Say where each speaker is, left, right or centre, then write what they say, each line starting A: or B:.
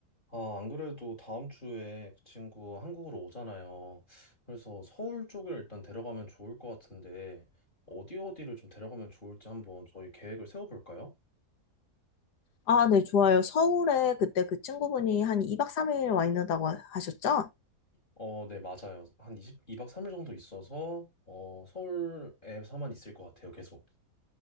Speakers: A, on the left (about 30°); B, on the left (about 85°).
A: 아, 안 그래도 다음 주에 그 친구 한국으로 오잖아요. 그래서 서울 쪽을 일단 데려가면 좋을 것 같은데, 어디 어디를 좀 데려가면 좋을지 한번 저희 계획을 세워볼까요?
B: 아, 네, 좋아요. 서울에 그때 그 친구분이 한 2박 3일 와 있는다고 하셨죠?
A: 어, 네, 맞아요. 한2십이박 3일 정도 있어서, 어, 서울에서만 있을 것 같아요, 계속.